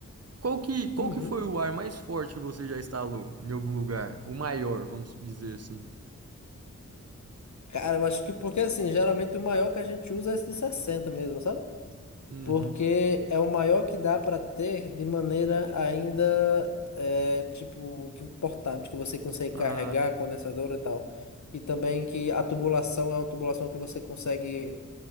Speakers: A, on the right (about 50°); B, on the left (about 65°).
A: Qual que, qual
B: Uhum.
A: que foi o ar mais forte que você já instalou em algum lugar? O maior, vamos dizer assim.
B: Cara, eu acho que porque assim, geralmente o maior que a gente usa é esse de 60 mesmo, sabe?
A: Uhum.
B: porque é o maior que dá para ter de maneira ainda é, tipo que portátil, que você consegue
A: Ah,
B: carregar, condensadora e tal. E também que a tubulação é uma tubulação que você consegue